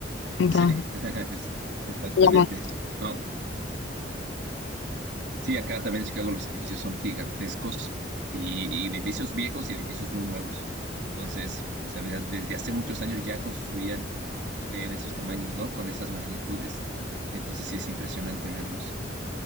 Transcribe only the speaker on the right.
Sí, <laughs> es- exactamente.
No, Sí, acá también en Chicago los edificios son gigantescos y, y edificios viejos y edificios muy nuevos. Entonces, o sea, desde, desde hace muchos años ya construían que de esos tamaños, ¿no? Con esas magnitudes. Entonces sí es impresionante verlos.